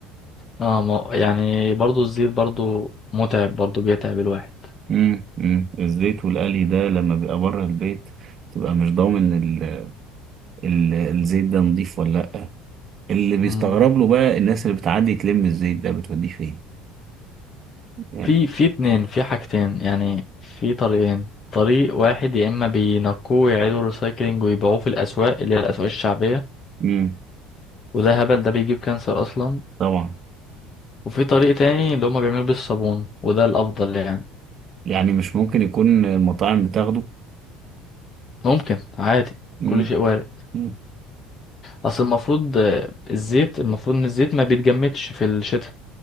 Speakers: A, on the left; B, on the right.
A: اه ما يعني برضو الزيت برضو متعب برضو بيتعب الواحد
B: امم امم الزيت والقلي ده لما بيبقى بره البيت تبقى مش ضامن ال... ال... الزيت ده نضيف ولا لا اللي بيستغرب
A: مم.
B: له بقى الناس اللي بتعدي تلم الزيت ده بتوديه فين يعني
A: في في اتنين في حاجتين يعني في طريقين طريق واحد يا اما بينقوه ويعيدوا ريسايكلينج ويبيعوه في الاسواق اللي هي الاسواق الشعبية
B: امم
A: وده هبل ده بيجيب كانسر اصلا
B: طبعا
A: وفي طريق تاني اللي هما بيعملوا بيه الصابون وده الافضل يعني
B: يعني مش ممكن يكون المطاعم بتاخده
A: ممكن عادي
B: امم
A: كل شيء وارد
B: امم
A: اصل المفروض آه، الزيت المفروض ان الزيت ما بيتجمدش في الشتاء